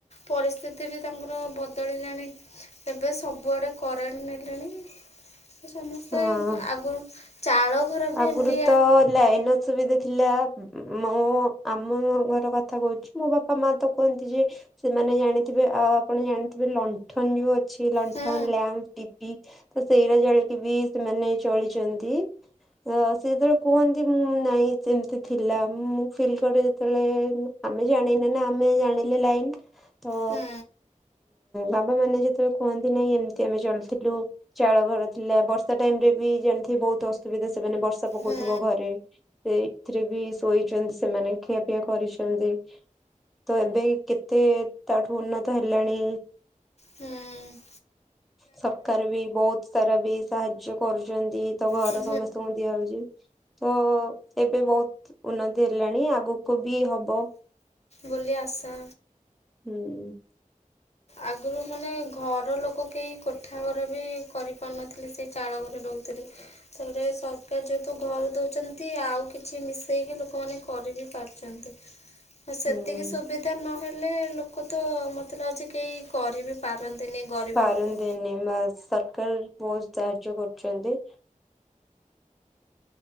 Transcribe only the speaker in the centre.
ହଁ
ଆଗରୁ
ତ ଲାଇନ ଅସୁବିଧା ଥିଲା ମୁଁ ଆମଘର କଥା କହୁଛି ମୋ ବାପା ବାପା ମା ତ କୁହନ୍ତି ଯେ ସେମାନେ ଜାଣିଥିବେ ଆ ଆପଣ ଜାଣିଥିବେ ଲଣ୍ଠନ ଯୋଉ ଅ ଛି ଲଣ୍ଠନ
ଲ୍ୟାମ୍ପ ଟିଭି ତ ସେଇରା ଜାଳିକି ବି ସେମାନେ ଚଳିଛନ୍ତି। ଅ ସେ ଯେତେବେଳେ କୁହନ୍ତି ମୁଁ ନାଇଁ ସେମିତି ଥିଲା ମୁଁ ଫିଲ୍ କରେ ଯେତେବେଳେ ଆମେ ଜାଣିନେ ନା ଆମେ ଜାଣିଲେ ଲାଇନ୍ ତ
ବାବା ମାନେ ଯେତେବେଳେ କୁହନ୍ତି ନାଇଁ ଏମିତି ଆମେ ଚଳିଥିଲୁ ଚାଳ ଘର ଥିଲା ବର୍ଷା ଟାଇମ୍ ରେ ବି ଜାଣିଥିବ ବହୁତ ଅସୁବିଧା ସେମାନେ ବର୍ଷା ପକଉଥିବ
ଘରେ। ସେ ଏଥିରେ ବି ଶୋଇଛନ୍ତି ସେମାନେ ଖିଆପିଆ କରିଛନ୍ତି। ତ ଏବେ କେତେ ତାଠୁ ଉନ୍ନତ ହେଲାଣି।
ସବକାର ବି ବହୁତ ସାରା ବି ସାହାଯ୍ୟ କରୁଛନ୍ତି ତ ଘର
ସମସ୍ତଙ୍କୁ ଦିଆ ହୋଉଛି। ତ ଏବେ ବହୁତ ଉନ୍ନତି ହେଲାଣି ଆଗକୁ ବି ହବ।
ହୁଁ।
ହୁଁ
ପାରନ୍ତିନି
ବା ସରକାର ବହୁତ ସାହାଯ୍ୟ କରୁଛନ୍ତି।